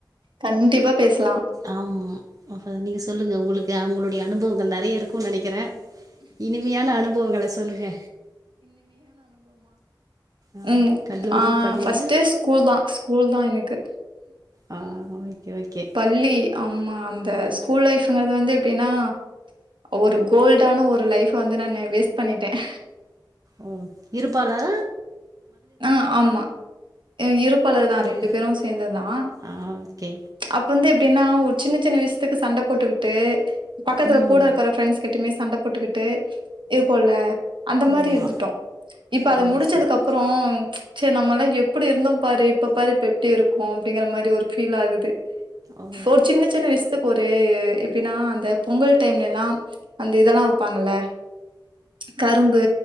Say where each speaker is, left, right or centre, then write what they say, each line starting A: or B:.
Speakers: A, on the right; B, on the right.
A: கண்டிப்பா பேசலா
B: ஆமா நீங்க சொல்லுங்க உங்களுக்கு அவங்களுடைய அனுபவங்கள் நிறைய இருக்குன் நினைக்கிறேன் இனிமையான அனுபவங்களை சொல்லுங்க, ஆ
A: உம்
B: கல்லூரி
A: ஆ
B: பள்ளியில
A: ஃபர்ஸ்ட் ஸ்கூல் தான் ஸ்கூல் தான் எனக்கு
B: ஆ ஓகே ஓகே
A: பள்ளி அம்மா அந்த ஸ்கூல் லைஃபங்கிறது வந்து எப்படின்னா ஒரு கோல்டான ஒரு லைப் வந்து நான் வேஸ்ட் பண்ணிட்டேன்
B: ஓ இருப்பாளா
A: ஆ ஆமா இருப்பாளர் தான்
B: இரு-
A: ரெண்டு பேரும் சேர்ந்தது தான்
B: ஆ ஓகே
A: அப்ப வந்து எப்படின்னா ஒரு சின்ன சின்ன விஷயத் எதுக்கு சண்டை போட்டுக்கிட்டு பக்கத்துல
B: ம்
A: கூட இருக்கற பிரண்ட்ஸ் கிட்டமே சண்டை போட்டுக்கிட்டு இருப்போல அந்த மாதிரி
B: ஆமா
A: இருந்துடோம் இப்ப
B: ஆ
A: அது முடிச்சதுக்குப்அப்
B: சரி
A: சரி நம்மல்லாம் எப்படி இருந்தோ பாரு இப்ப பாரு இப்ப எப்படி இருக்கோம் அப்படிங்கிற மாதிரி ஒரு ஃபீல் ஆகுது
B: ஓ
A: ஒரு சின்ன சின்ன விசயத்துக்கு ஒரு எப்படின்னா அந்த பொங்கல் டைம்லலாம் அந்த இதெல்லாம் வப்பாங்கல்ல கரும்பு